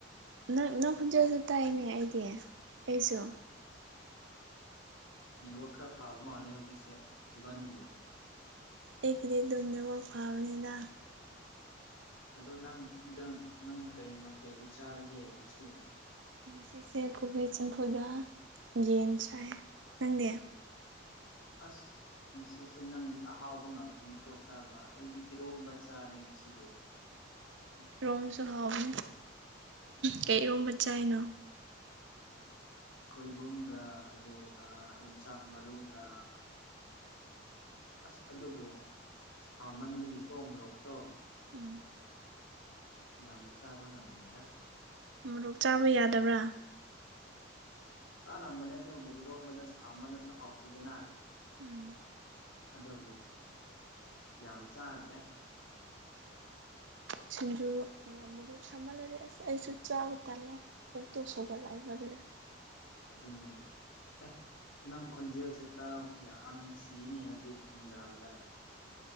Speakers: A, on the right; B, on the left.
A: ꯅꯪ ꯅꯪ ꯈꯨꯟꯖꯦꯜꯁꯨ ꯇꯥꯏꯅꯦ ꯑꯩꯗꯤ ꯑꯩꯁꯨ
B: ꯅꯦꯠꯋꯥꯛꯛ ꯈꯔ ꯐꯕ ꯃꯥꯜꯂꯦ ꯍꯧꯖꯤꯛꯁꯦ ꯏꯕꯥꯅꯤꯒꯤ
A: ꯑꯩꯒꯤꯗꯤ ꯑꯗꯨꯨꯝꯗꯒ ꯐꯥꯕꯅꯤꯅ
B: ꯑꯗꯣ ꯅꯪꯗ ꯅꯪ ꯀꯩ ꯃꯊꯦꯜꯗꯤ ꯆꯥꯔꯒꯦ ꯉꯁꯤ
A: ꯉꯁꯤꯁꯦ ꯀꯣꯕꯤ ꯆꯝꯐꯨꯗ ꯌꯦꯟ ꯁꯥꯏ ꯅꯪꯗꯤꯦ
B: ꯑꯁ ꯉꯁꯤꯁꯦ ꯅꯪꯗꯤ ꯑꯍꯥꯎꯕ ꯉꯥꯛꯇꯅꯦꯀꯣ ꯆꯥꯕ ꯑꯩꯗꯤ ꯏꯔꯣꯝꯕ ꯆꯥꯔꯦ ꯉꯁꯤꯗꯤ <inaudible>
A: ꯏꯔꯣꯝꯕꯁꯨ ꯍꯥꯎꯋꯅꯦ ꯀꯩꯔꯣꯝꯕ ꯆꯥꯏꯅꯣ
B: ꯁꯣꯏꯕꯨꯝꯒ ꯑꯂꯨꯒ ꯌꯣꯡꯆꯥꯛ ꯃꯔꯨꯒ ꯑꯁ ꯑꯗꯨꯕꯨ ꯁꯥꯃꯟꯕꯒꯤꯀꯣ ꯃꯣꯔꯣꯛꯇꯣ
A: ꯎꯝ
B: ꯌꯥꯝꯅ ꯆꯥꯕ ꯉꯝꯃꯦꯦꯗ
A: ꯃꯣꯔꯣꯛ ꯆꯥꯕ ꯌꯥꯗꯕ꯭ꯔꯥ
B: ꯆꯥꯝꯕꯅꯦ ꯑꯗꯨꯕꯨ ꯍꯔꯣꯝꯕꯅ ꯁꯥꯃꯅꯁꯨ ꯍꯥꯎꯇꯤꯗꯅ
A: ꯎꯝ
B: ꯑꯗꯨꯒꯤ ꯌꯥꯝ ꯆꯥꯗ꯭ꯔꯦ
A: ꯁꯤꯁꯤꯡꯖꯨ ꯃꯣꯛ ꯁꯝꯃꯜꯂꯗꯤꯦ ꯑꯁ ꯑꯩꯁꯨ ꯆ ꯇꯜꯂꯦ ꯄꯨꯛꯇꯣ ꯁꯧꯒꯠꯂꯥꯛꯑꯕ ꯑꯗꯨꯗꯤ <inaudible>
B: ꯑꯗꯨꯅꯦ ꯑꯦ ꯅꯪ ꯈꯣꯟꯖꯦꯜꯁꯦ ꯇꯥꯕꯁꯤ ꯌꯥꯝ ꯅꯨꯡꯁꯤꯅꯤ ꯍꯧꯖꯤꯛ ꯅꯨꯡꯗꯥꯡꯗ